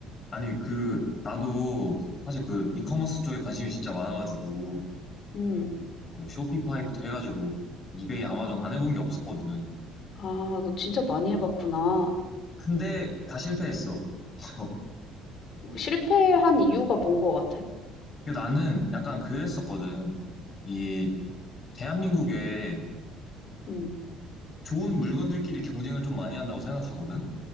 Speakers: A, on the left; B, on the left.
A: 아니, 그, 나도 사실 그, 이커머스 쪽에 관심이 진짜 많아가지고,
B: 음.
A: 뭐, 쇼피파이부터 해가지고, 이베이, 아마존 안 해본 게 없었거든.
B: 아, 너 진짜 많이 해봤구나.
A: 근데 다 실패했어. <laughs>
B: 실패한 이유가 뭔 것 같아?
A: 근데 나는 약간 그랬었거든. 이, 대한민국에서는
B: 음.
A: 좋은 물건들끼리 경쟁을 좀 많이 한다고 생각하거든?